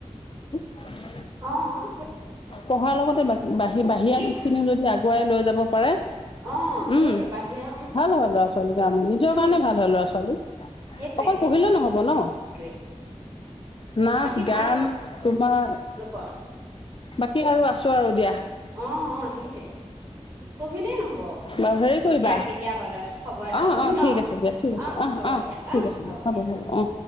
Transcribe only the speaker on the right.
অ' সে
ভা
অ',
সেইটো বাহিৰা
উম
সেইটোৱে
সেইটোৱে
বাকী
ভাল
তোমালোকৰ
অ', অ', সেইটোৱে। পঢ়িলেই নহব অকল সেই
দিয়া,
দিয়া কেতিয়াব লৈ খবৰ এটা
ল'ম
ন,
অ'
হ'ব
দিয়া অ'
হ'ব দিয়া।